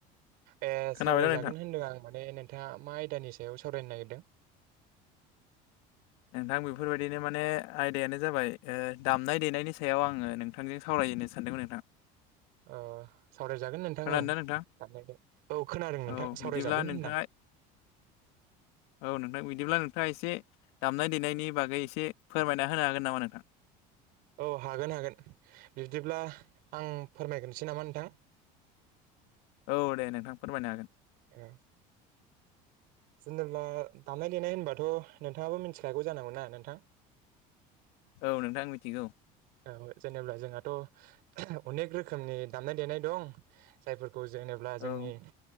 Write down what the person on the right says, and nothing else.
ए
सावरायजागोन
होन्दों आं माने नोंथाङा मा आयदानि सायाव सावरायनो नागिरदों
<inaudible> अ सावरायजागोन नोंथां
ओं
साननायदों औ खोनादों नोंथां
सावरायजागोन
होनदां <unintelligible>
औ हागोन हागोन बिब्दिब्ला आं फोरमायग्रोसै नामा नोंथां <inaudible>
औ जेनेब्ला दामनाय देनाय होनबाथ' नोंथाङाबो मिनथिखागौ जानांगौना नोंथां
औ जेनेब्ला जोंहाथ' अनेक रोखोमनि दामनाय देनाय दं जायफोरखौ जेनेब्ला
जोंनि